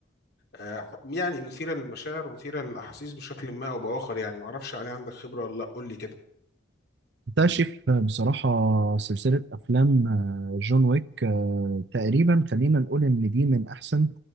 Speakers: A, on the left; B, on the right.
A: آه، يعني مثيرة للمشاعر ومثيرة للأحاسيس بشكل ما أو بآخر يعني معرفش عليه عندك خبرة ولا لأ قول لي كده
B: بكتشف آه، بصراحة سلسلة أفلام آه، جون ويك آه، تقريبا خلينا نقول إن دي من أحسن